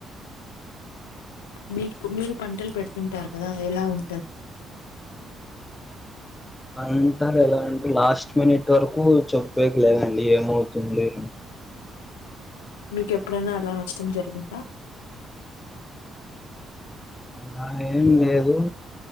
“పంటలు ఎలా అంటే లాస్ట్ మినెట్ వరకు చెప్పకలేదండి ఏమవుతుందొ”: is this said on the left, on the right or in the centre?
Left